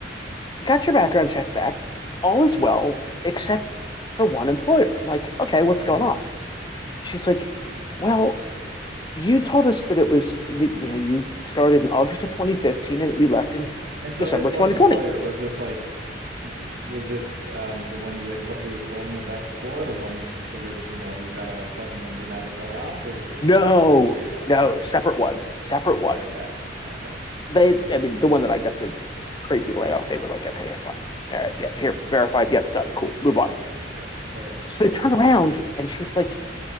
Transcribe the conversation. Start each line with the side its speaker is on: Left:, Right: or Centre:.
Left: got your background check back. All is well, except the one employer. I'm like, okay, what's
Right: Mm-hmm.
Left: going on? She's like, well, you told us that it was that you know you started in August of 2015 and that you left
Right: hmm
Left: in
Right: And so
Left: December
Right: this one
Left: 2020.
Right: employer was this like w- was this um the one you had told you had told me about before, the one for which, you know, you got a sudden and dramatic layoff, or is this
Left: No,
Right: a separate employer you're talking
Left: no,
Right: about?
Left: separate one, separate one.
Right: Okay. Okay.
Left: They, I mean, the one that I got the crazy layoff, they were like, okay, yeah, fine, all right, yep, here,
Right: Hmm.
Left: verified, yep, done, cool, move on.
Right: Yeah, right.
Left: So they turned around and she's like,